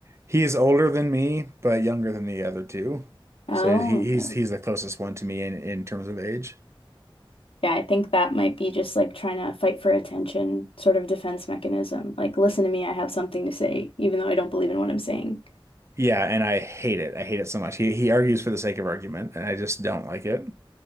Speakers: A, on the right; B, on the left.
A: He is older than me, but younger than the other two.
B: Oh,
A: So he,
B: okay.
A: he's, he's the closest one to me in, in terms of age.
B: Yeah, I think that might be just like trying to fight for attention, sort of defense mechanism. Like, listen to me, I have something to say, even though I don't believe in what I'm saying.
A: Yeah. And I hate it. I hate it so much. He, he argues for the sake of argument and I just don't like it.